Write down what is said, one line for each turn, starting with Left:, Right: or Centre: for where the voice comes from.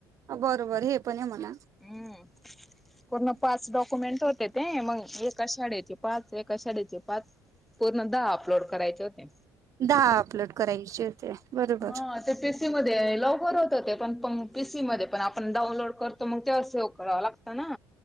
Right: बरोबर हे पणं आहे मलां
Centre: हम्मं पूर्ण पांच कंप मीळतोचं ते मगं एकां शाळेचे पांच एकां शाळेचे पांच पूर्ण दहा अपलोड करायचे होते
Right: दहा अपलोड करायचे होते बरोबर
Centre: हा ते पीसी मध्यें लवकरं होतं हो ते पणं प पीसी मध्यें पणं आपणं डाऊनलोड करतो मंग ते सेव करांवा लागतं नां